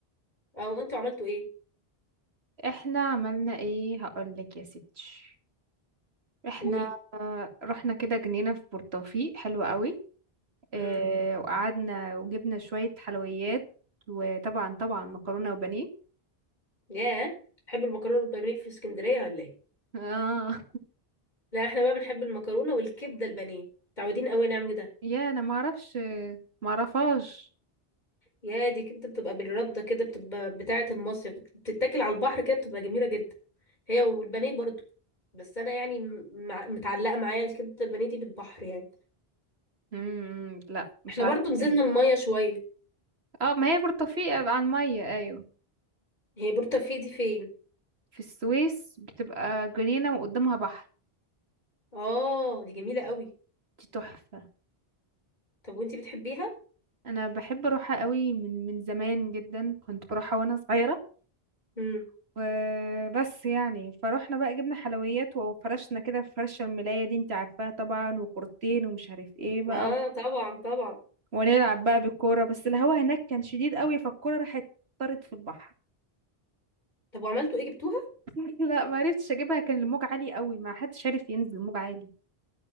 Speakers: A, on the left; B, on the right.
A: اه وانتوا عملتوا ايه
B: احنا عملنا ايه هقولك يا ستي احنا
A: قولي
B: آه، رحنا كده جنينه في بورتوفيق حلوه قوي
A: امم
B: آه، وقعدنا وجبنا شوية حلويات وطبعا طبعا مكرونة وبانيه
A: ياه بتحبوا المكرونة والبانيه في اسكندرية ولا ايه
B: اه
A: لا احنا بقى بنحب المكرونة والكبدة البانيه متعودين قوي نعمل ده
B: يا انا ما اعرفش ما اعرفهاش
A: يا دي كبدة بتبقى بالردة كده بتبقى بتاعة المصيف بت- بتتاكل على البحر كده بتبقى جميلة جدا هي والبانيه برضو بس انا يعني م- مع- متعلقة معايا الكبدة البانيه دي بالبحر يعني
B: امم لا مش
A: احنا
B: عارفة
A: برضو نزلنا
B: ايه
A: المية شوية
B: اه ما هي برتقال على المية ايوه
A: هي بور توفيق دي فين
B: في السويس بتبقى جنينة وقدامها بحر
A: اه دي جميلة قوي
B: دي تحفة
A: طب وانتي بتحبيها
B: انا بحب اروحها قوي من من زمان جدا كنت بروحها وانا صغيرة
A: امم
B: وبس يعني فروحنا بقى جبنا حلويات وفرشنا كده في فرشة الملاية دي انت عارفاها طبعا وكورتين ومش عارف ايه بقى
A: اه طبعا طبعا
B: ونلعب بقى بالكورة بس الهوا هناك كان شديد قوي فالكورة راحت طارت في البحر
A: طب وعملتوا ايه جبتوها
B: <laughs> لا ما عرفتش اجيبها كان الموج عالي قوي ما حدش عارف ينزل الموج عالي